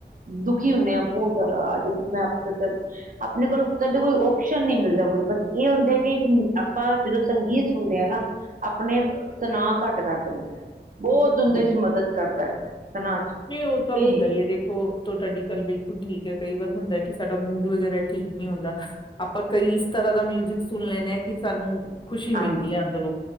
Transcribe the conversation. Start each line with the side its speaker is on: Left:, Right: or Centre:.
Right: ਦੁਖੀ ਹੁੰਦੇ ਹਾਂ, ਬਹੁਤ ਜ਼ਿਆਦਾ। ਅੱਜ ਮੈਂ ਅਪਸੈਟ ਚੱਲ, ਆਪਣੇ ਕੋਲ ਕਹਿੰਦੇ ਕੋਈ ਓਪਸ਼ਨ ਨਹੀਂ ਮਿਲਦਾ ਕੋਈ ਬਸ। ਇਹ ਹੁੰਦਾ ਕਿ ਇੱਕ ਆਪਾਂ ਜਦੋਂ ਸੰਗੀਤ ਸੁਣਦੇ ਹਾ ਨਾ, ਆਪਣੇ ਤਨਾਅ ਘੱਟ ਤਾਂ ਕਰ ਦਿੰਦਾ। ਬਹੁਤ ਉਨਦੇ
Left: ਬਿਲ
Right: ਚ ਮਦਦ ਕਰਦਾ। ਤਣਾਅ ਚ
Left: ਨਹੀਂ ਉਹ ਤਾਂ
Right: ਤੇ
Left: ਹੁੰਦਾ ਹੀ ਹੈ। ਦੇਖੋ, ਤੋ ਤੁਹਾਡੀ ਗੱਲ ਵੀ ਹੁਣ ਠੀਕ ਹੈ, ਕਈ ਵਾਰ ਹੁੰਦਾ ਕਿ ਸਾਡਾ ਮੂਡ ਵਗੈਰਾ ਠੀਕ ਨੀ ਹੁੰਦਾ। ਆਪਾਂ ਕਈ ਇਸ ਤਰ੍ਹਾਂ ਦਾ ਮਿਊਜਿਕ ਸੁਣ ਲੈਂਦੇ ਹਾਂ ਕਿ ਸਾਨੂੰ ਖੁਸ਼ੀ ਮਿਲਦੀ
Right: ਹਾਂਜੀ
Left: ਹੈ, ਅੰਦਰੋਂ।